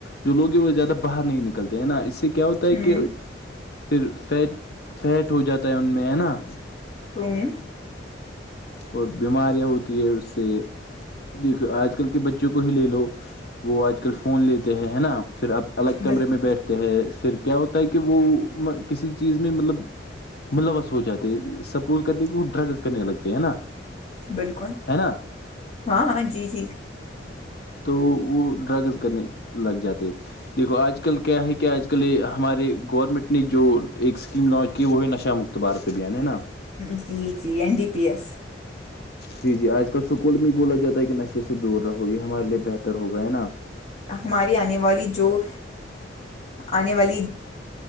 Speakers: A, on the left; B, on the left.
A: جووگ ہیں وہ زیادہ باہر نہیں نکلتے ہیں نا اس سے کیا ہوتا ہے
B: ہوں
A: کہ پھر فیٹ فیٹ ہو جاتا ہے ان میں ہے نا
B: تووں
A: اور بیماریاں ہوتی ہے اس سے دیکھو آج کل کے بچوں کو ہی لے لو وہ آج کل فون لیتے ہیں ہے نا پھر اب الگ کمرے
B: بالکل
A: میں بیٹھتے ہیں پھر کیا ہوتا ہے کہ وہ کسی چیز میں مطلب ملوث ہو جاتے سپوز کرتے کہ وہ ڈرگز کرنے لگتے ہے نا
B: بالکل
A: ہے نا
B: ہاں ہاں جی جی
A: تو وہ ڈرگز کرنے لگ جاتے دیکھو آج کل کیا ہے کہ آج کل یہ ہمارے گورنمنٹ نے جو ایک اسکیم لانچ کی وہ ہے نشہ مک اتبار سے بھی آنےا
B: جی جی این ڈی پی ایس
A: جی جی آج کل سکول میں ہی بولا جاتا ہے کہ نشے سے دور رہو یہ ہمارے لیے بہتر ہوگا ہے نا
B: ہماری آنے والی جو آنے والی